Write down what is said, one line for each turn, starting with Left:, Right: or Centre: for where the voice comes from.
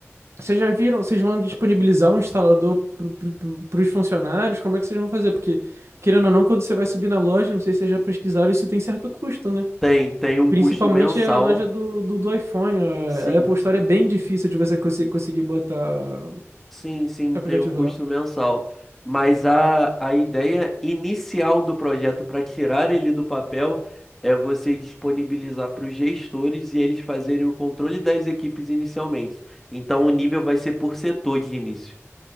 Right: Vocês já viram, vocês vão disponibilizar um instalador para os funcionários? Como é que vocês vão fazer? Porque, querendo ou não, quando você vai subir na loja, não sei se vocês já pesquisaram, isso tem certo custo, né?
Centre: Tem, tem um
Right: Principalmente
Centre: custo mensal,
Right: é a loja do, do, do iPhone. A
Centre: sim,
Right: a Apple Store é bem difícil de você conse- conseguir botar
Centre: sim, sim,
Right: aplicativo
Centre: tem um custo
Right: lá.
Centre: mensal. Mas a, a ideia inicial do projeto para tirar ele do papel é você disponibilizar para os gestores e eles fazerem o controle das equipes inicialmente. Então o nível vai ser por setor de início.